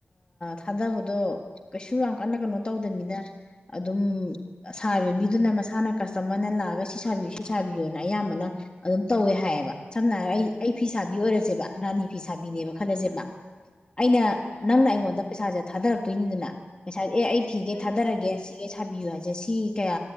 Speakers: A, on the left; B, on the left.
A: ꯊꯥꯗꯕꯗꯣ ꯀꯩꯁꯨ ꯌꯥꯝ ꯀꯟꯅ ꯀꯩꯅꯣ ꯇꯧꯗꯅꯤꯅ ꯑꯗꯨꯝ ꯁꯥꯔꯤꯕ ꯃꯤꯗꯨꯅ ꯃꯁꯥꯅ ꯀꯁꯇꯃꯔꯅ ꯂꯥꯛꯑꯒ ꯁꯤ ꯁꯥꯕꯤꯌꯨ ꯁꯤ ꯁꯥꯕꯤꯌꯣꯅ ꯑꯌꯥꯝꯕꯅ ꯑꯗꯨꯝ ꯇꯧꯋꯦ ꯍꯥꯏꯌꯦꯕ ꯁꯝꯅ ꯍꯥꯏꯔꯕ ꯑꯩ ꯑꯩ ꯐꯤ ꯁꯥꯕꯤ ꯑꯣꯏꯔꯁꯦꯕ ꯔꯥꯅꯤ ꯐꯤ ꯁꯥꯕꯤꯅꯦꯕ ꯈꯜꯂꯁꯦꯕ
B: ꯎꯝ
A: ꯑꯩꯅ
B: ꯎꯝ
A: ꯅꯪꯅ ꯑꯩꯉꯣꯟꯗ ꯄꯩꯁꯥꯁꯦ ꯊꯥꯗꯔꯛꯇꯣꯏꯅꯤꯗꯨꯅ ꯄꯩꯁꯥ ꯑꯦ ꯑꯩ ꯐꯤꯒꯩ
B: ꯎꯝ
A: ꯊꯥꯗꯔꯒꯦ ꯁꯤꯒꯦ ꯁꯥꯕꯤꯌꯨ ꯍꯥꯏꯁꯦ ꯁꯤ ꯀꯌꯥ